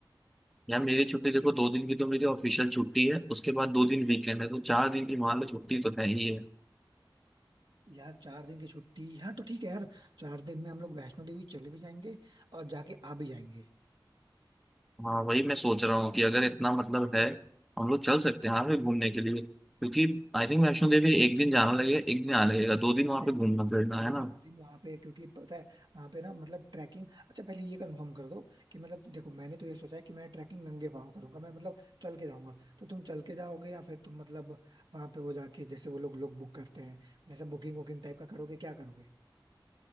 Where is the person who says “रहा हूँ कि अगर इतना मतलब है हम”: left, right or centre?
Centre